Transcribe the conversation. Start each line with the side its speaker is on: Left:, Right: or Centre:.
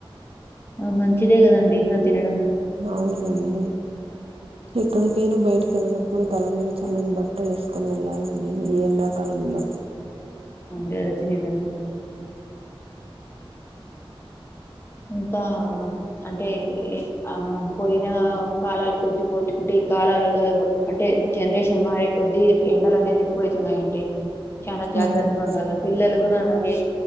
Left: ఆ మంచిదే గదండి ఆ తినడమ్
Right: ఔనండి హే ఎక్కడ్ కైనా బైట్ కేల్ నప్పుడు తలమీద చల్లని బట్ట ఏసుకొని వెళ్ళాల్ ఔనండి ఈ ఎండాకాలంలో
Left: గదోచ్చి నిజమే ఇంకా అంటే ఏ ఆ పోయిన కాలాలు కొద్ది బోల్చుకుంటే ఈ కాలలో ఏవో అంటే జన్ రేషన్ మారే కొద్ది ఎ ఎండలనేది ఎక్కువైతున్నాయండి చానా జాగ్రత్తగా
Right: అవును
Left: ఉండాల పిల్లలు గుణ అనదే